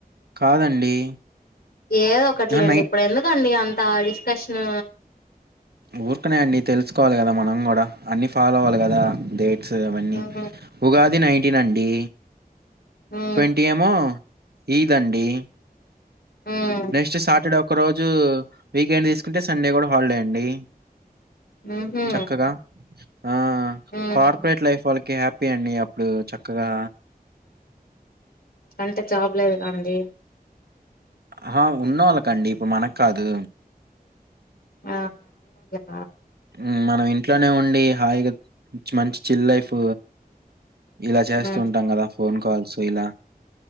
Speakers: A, on the right; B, on the left.
A: కాదండి
B: ఏదో ఒకటిలేండి
A: అహా! నై
B: ఇప్పుడు ఎందుకండి అం త డిస్కషన్
A: ఊర్కనే అన్నీ తెలుసుకోవాలి. కదా మనం కూడా అన్ని ఫాలో అవ్వాలి గాదా దే సో అవన్నీ
B: ఉమ్
A: ఉగాది నైట్ టినండి
B: ఉమ్
A: ట్వంటీ ఏమో ఈదండి
B: ఉమ్
A: నెక్స్ట్ సాటర్డే ఒక్క రోజు వీకెండ్ తీసుకుంటే సండే కూడా హాలిడే అండి
B: ఉహు
A: చక్కగా ఆ
B: ఉమ్
A: కార్పోరేట్ లైఫ్ వాళ్లకి హాప్ ప్పియండి అప్పుడు చక్కగా
B: అంటే జాబ్ లేదుగా అండి
A: హా ఉన్నోళ్లకండి ఇప్పుడు మనక్కాదు
B: ఆ అ
A: ఉమ్ మనం ఇన్ ట్లోనే ఉండి హాయిగా మంచి చిల్ లైఫ్ ఇలా చేస్తూ
B: మ్మ్
A: ఉంటాం కదా ఫోన్ కాల్స్ పొయిల్లా